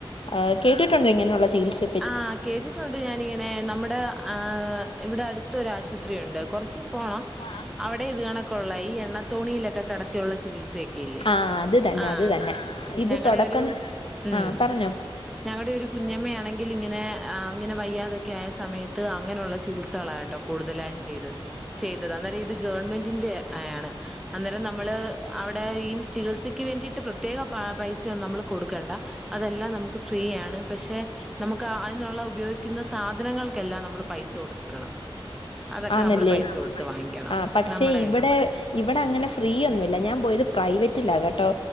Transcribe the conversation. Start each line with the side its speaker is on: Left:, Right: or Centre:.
Left: ആഹ് കേട്ടിട്ടുണ്ടോ ഇങ്ങനെയുള്ള ചികിത്സ?
Centre: ആഹ് കേട്ടി ട്ടൊണ്ട് ഞാനിങ്ങനെ നമ്മുടെ ആഹ് ഇവിടെ അടുത്തൊരാശുത്രി ഒണ്ട് കൊറച്ച് പോണം.
Left: ആഹ്
Centre: അവിടെ ഇത് കണക്കൊള്ള ഈ എണ്ണത്തോണിയിലക്കെ കെ ടത്തിയുള്ള ചികിത്സേ. ക്കില്ലേ.
Left: ആ അത് തന്നെ
Centre: ആഹ്
Left: അത് തന്നെ ഇത്
Centre: ഞങ്ങടെ
Left: തുടക്കം
Centre: ഒരു ഉം.
Left: ആ പറഞ്ഞോ
Centre: ഞങ്ങടെ ഒരു കുഞ്ഞമ്മയാണെ ങ്കിലിങ്ങനെ, ഇങ്ങനെ വയ്യാതൊക്കെ ആയ സമയത്ത് അങ്ങനെള്ള ചികിത്സകളാട്ടോ കൂടുതലായും ചെയ്ത. ചെയ്തത് അന്നേരം ഇത് ഗവൺമെന്റിന്റെ ആയാണ്. അന്നേരം നമ്മള് അവിടെ ഈ ചികിത്സക്ക് വേണ്ടിയിട്ട് പ്രത്യേക പൈസൊന്നും നമ്മള് കൊടുക്കേണ്ട അതെല്ലാം നമുക്ക് ഫ്രീയാണ് പക്ഷെ നമുക്ക് അതിനുള്ള ഉപയോഗിക്കുന്ന സാധനങ്ങൾക്കെല്ലാം നമ്മൾ പൈസ കൊടുക്കണം അതൊക്കെ
Left: ആന്നല്ലേ
Centre: നമ്മള് പൈസ കൊടുത്ത് വാങ്ങിക്കണം
Left: ആ പക്ഷെ
Centre: നമ്മടെ
Left: ഇവിടെ
Centre: കയ്യിന്ന്
Left: ഇവിടെ അങ്ങനെ ഫ്രീയൊന്നുല്ല ഞാൻ പോയത് പ്രൈവറ്റിലാകട്ടോ